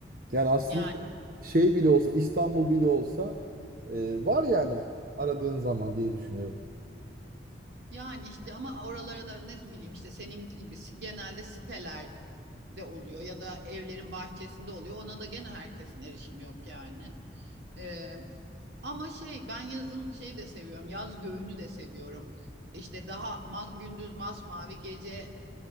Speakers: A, on the right (about 50°); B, on the right (about 70°).
A: Yani aslında
B: Yani
A: şey bile olsa, İstanbul bile olsa e, var yani aradığın zaman diye düşünüyorum.
B: yani işte ama oralara da ne bileyim işte senin gibi si- genelde siteler de oluyor ya da evlerin bahçesinde oluyor. Ona da gene herkesin erişimi yok yani. Ee, ama şey ben yazın şeyi de seviyorum. Yaz göğünü de seviyorum. İşte daha ma gündüz masmavi gece